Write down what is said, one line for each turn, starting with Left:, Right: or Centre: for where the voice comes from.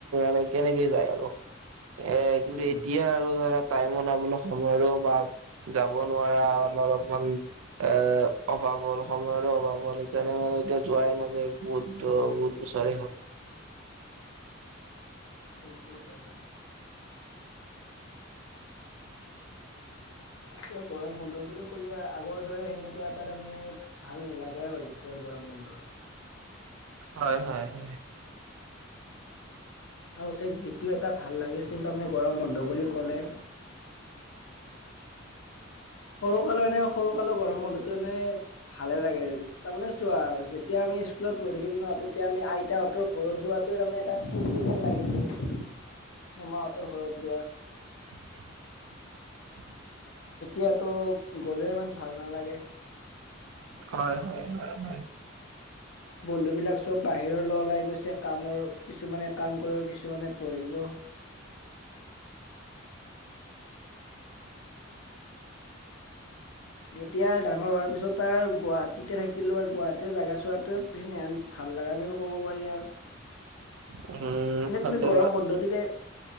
Right: মানে কেনেকে যায় আৰু এ কিন্তু
Left: উম,
Right: এতিয়া আৰু ধৰা টাইম ওলাবলৈ সময়ৰো অভাৰ যাব নোৱাৰা অলপমান। এ অভাৱ হ'ল সময়ৰো অভাৱ হ'ল সেইকাৰণে মানে এতিয়া যোৱাই নাযায় বহুত। ত বহুত বছৰে হ'ল
Left: সেইটো হয়। এতিয়া গৰম বন্ধ বুলি ক'লে আগৰ দৰে সেনেকুৱা এটা তাৰমানে ভাল নালাগাই হৈ গৈছে গৰম বন্ধৰ।
Right: হয় হয় হয়
Left: আগতে যিটো এটা ভাল লাগিছিল তাৰমানে গৰম বন্ধ বুলি ক'লে। সৰুকালৰ এনেও সৰুকালৰ গৰম বন্ধটো এনেই ভালে লাগে। তাৰমানে চোৱা যেতিয়া আমি স্কুলত পঢ়ি থাকিম ন তেতিয়া আমি আইতাহঁতৰ ঘৰত যোৱা। তাৰমানে এটা ফুৰ্তি যেন লাগিছিল মামাহঁতৰ ঘৰত যোৱা।
Right: <unintelligible>
Left: এতিয়াতো গ'লেও ইমান ভাল নালাগে।
Right: হয় হয় হয় হয়।
Left: বন্ধু বিলাক চব বাহিৰলৈ ওলাই গৈছে। কামৰ কিছুমানে কাম কৰিব কিছুমানে পঢ়িব। এতিয়া ডাঙৰ হোৱাৰ পিছত তাৰ গুৱাহাটীতে থাকি লৈ আৰু গুৱাহাটীতে জাগা চোৱাটোৱে প্লেন। ভাল লগা যেন ক'ব পাৰি এয়া।
Right: উম।
Left: এনেই
Right: ভালে
Left: তুমি গৰম বন্ধ দিলে